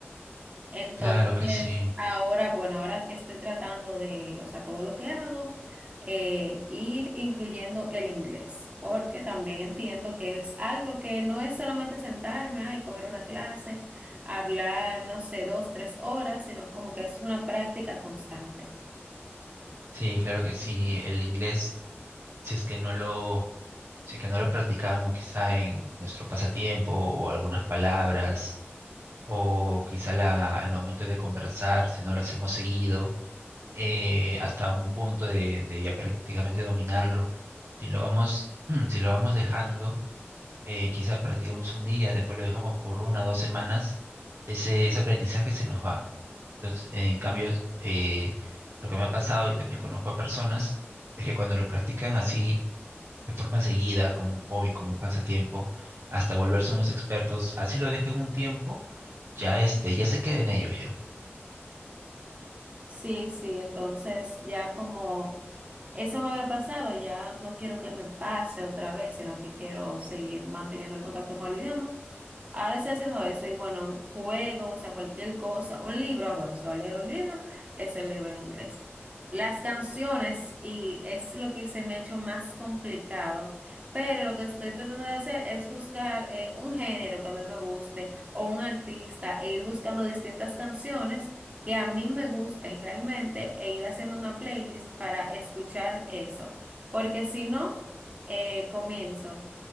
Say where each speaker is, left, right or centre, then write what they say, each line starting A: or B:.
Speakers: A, on the right (about 30°); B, on the right (about 65°).
A: Entonces,
B: Claro que sí.
A: ahora, bueno, ahora estoy tratando de, o sea, todo lo que hago, eh, ir incluyendo el inglés, porque también entiendo que es algo que no es solamente sentarme, ay, coger una clase, hablar, no sé, dos, tres horas, sino como que es una práctica constante.
B: Sí, claro que sí. El inglés, si es que no lo Si es que no lo practicamos quizá en nuestro pasatiempo o algunas palabras, o quizá la- al momento de conversar, si no lo hacemos seguido, eh, hasta un punto de, de ya prácticamente dominarlo, si lo vamos, <clears throat> si lo vamos dejando, eh, quizá practicamos un día, después lo dejamos por una o dos semanas, ese, ese aprendizaje se nos va. Entonces, en cambio, eh, lo que me ha pasado y también conozco a personas es que cuando lo practican así, de forma seguida, como un hobby, como un pasatiempo, hasta volverse unos expertos, así lo dejen un tiempo, ya este, ya se queden ellos ya.
A: Sí, sí, entonces ya como eso me había pasado, ya no quiero que me pase otra vez, sino que quiero seguir manteniendo el contacto con el idioma. Ahora estoy haciendo eso y bueno, juego, o sea, cualquier cosa, un libro, ah, bueno, se va a leer un libro, es el libro en inglés. Las canciones, y es lo que se me ha hecho más complicado, pero lo que estoy tratando de hacer es buscar eh, un género que a mí me guste o un artista e ir buscando distintas canciones que a mí me gusten realmente e ir haciendo una playlist para escuchar eso, porque si no, eh, comienzo